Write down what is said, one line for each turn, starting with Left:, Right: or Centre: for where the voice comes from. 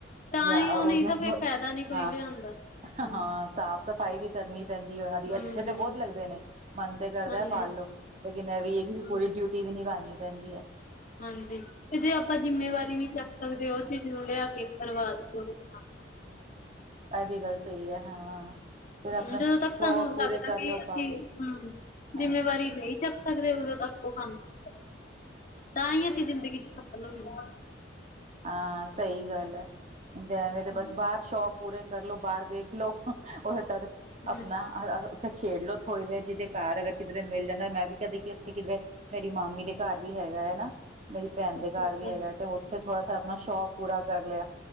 Left: ਤਾਂ
Right: ਜਾਂ
Left: ਹੀ
Right: <unintelligible>
Left: ਉਹ ਨਹੀਂ ਤਾਂ ਫਿਰ ਫਾਇਦਾ ਨੀ ਕੋਈ
Right: ਹਾਂ
Left: ਲਿਆਂਦਾ ਹੂੰ
Right: ਹਾਂ ਸਾਫ਼ ਸਫ਼ਾਈ ਵੀ ਕਰਨੀ ਪੈਂਦੀ ਐ ਉਹਨਾਂ ਦੀ,
Left: ਹੂੰ
Right: ਅੱਛੇ ਤੇ ਬਹੁਤ ਲੱਗਦੇ ਨੇ, ਮਨ ਤੇ ਕਰਦਾ
Left: ਹਾਂਜੀ
Right: ਪਾਲ ਲੋੋ ਲੇਕਿਨ ਇਹ ਵੀ ਹੈਗੀ
Left: ਹੂੰ
Right: ਪੂਰੀ ਡਿਊਟੀ ਵੀ ਨਿਭਾਉਣੀ ਪੈਂਦੀ ਐ
Left: ਹਾਂਜੀ ਤੇ ਜੇ ਆਪਾਂ ਜਿੰਮੇਵਾਰੀ ਨੀ ਚੱਕ ਸਕਦੇ, ਉਹ ਚੀਜ਼ ਨੂੰ ਲਿਆ ਕੇ ਬਰਬਾਦ ਕਿਓਂ <unintelligible>
Right: ਇਹ ਵੀ ਗੱਲ ਸਹੀ ਐ, ਹਾਂ ਫਿਰ ਆਪਣਾ
Left: ਹੂੰ ਜਦੋਂ
Right: ਸ਼ੌਕ
Left: ਤੱਕ ਸਾਨੂੰ ਲੱਗਦਾ,
Right: ਪੂਰੇ ਕਰ
Left: ਕਿ
Right: ਲਓ
Left: ਅਸੀਂ
Right: ਬਾਹਰ
Left: ਹੂੰ
Right: ਹਾਂ
Left: ਜਿੰਮੇਵਾਰੀ ਨਈ ਚ ਸਕਦੇ ਉਦੋਂ ਤੱਕ ਉਹ ਕੰਮ <unintelligible> ਤਾਂ ਹੀ ਅਸੀਂ ਜ਼ਿੰਦਗੀ ਚ ਸਫਲ ਹੁੰਨੇ ਆ।
Right: ਹਾਂ ਸਹੀ ਗੱਲ ਐ, ਤੇ ਐਵੇਂ ਤੇ
Left: ਹੂੰ
Right: ਬਸ ਬਾਹਰ ਸ਼ੌਕ ਪੂਰੇ ਕਰਲੋ, ਬਾਹਰ ਦੇਖ ਲੋ, ਉਹਦੇ ਤਦ
Left: ਹੂੰ,
Right: ਆਪਣਾ ਅਹ ਉੱਥੇ ਖੇਡ ਲਓ, ਥੋੜ੍ਹੀ ਦੇਰ ਜਿਹਦੇ ਘਰ ਅਗਰ ਕਿਤੇ ਮਿਲ ਜਾਂਦਾ, ਮੈਂ ਵੀ ਕਦੇ ਕਿੱਥੇ ਕਿਤੇ ਮੇਰੀ ਮਾਮੀ ਦੇ ਘਰ ਵੀ ਹੈਗਾ ਐ ਨਾ ਮੇਰੀ ਭੈਣ
Left: ਅੱਛਾ
Right: ਦੇ ਘਰ
Left: ਅੱਛਾ
Right: ਵੀ ਹੈਗਾ ਤੇ ਉੱਥੇ ਥੋੜਾ ਸ ਆਪਣਾ ਸ਼ੌਕ ਪੂਰਾ ਕਰ ਲਿਆ।